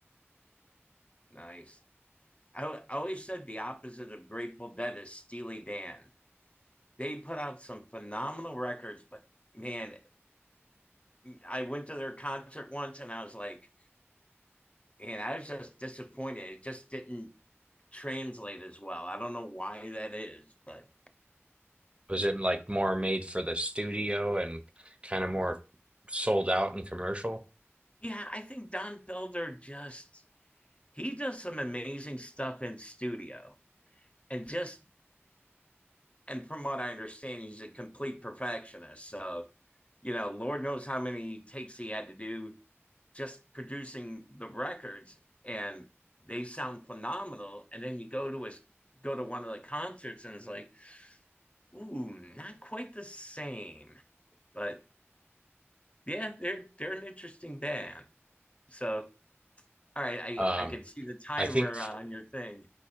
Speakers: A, on the left; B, on the right.
A: nice. I, I always said the opposite of Grateful Dead is Steely Dan. They put out some phenomenal records, but man, I went to their concert once and I was like, and I was just disappointed. It just didn't translate as well. I don't know why that is, but
B: Was it like more made for the studio and kind of more sold out and commercial?
A: yeah, I think Don Felder just he does some amazing stuff in studio and just and from what I understand, he's a complete perfectionist. So, you know, Lord knows how many takes he had to do just producing the records and they sound phenomenal. And then you go to his go to one of the concerts and it's like, ooh, not quite the same. But yeah, they're they're an interesting band. So all right,
B: Um,
A: I I can see the timer
B: I think
A: on your thing.